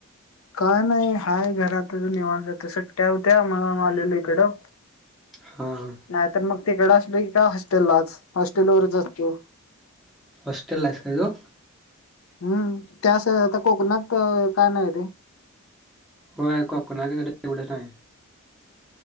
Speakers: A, on the left; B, in the centre.
A: काय नाही हाय घरातच निवांत होतो सुट्ट्या होत्या म्हणून आलेल इकडं
B: हा हा
A: नाही तर मग तिकड असल की का हॉस्टेललाच हॉस्टेलवररच असतो
B: हॉस्टेल ला आहेस का तू
A: हम्म त्यास आता कोकणात काय नाही ते
B: होय कोकणा कडे एवढ्या टय